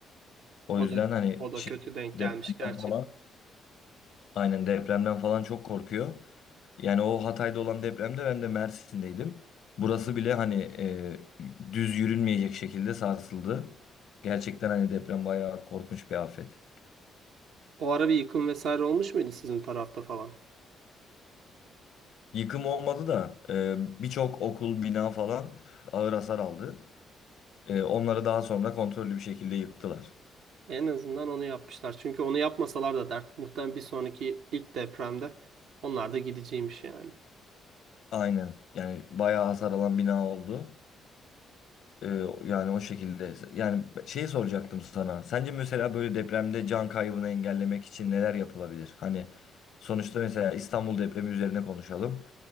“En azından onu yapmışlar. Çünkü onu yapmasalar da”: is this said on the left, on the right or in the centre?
Right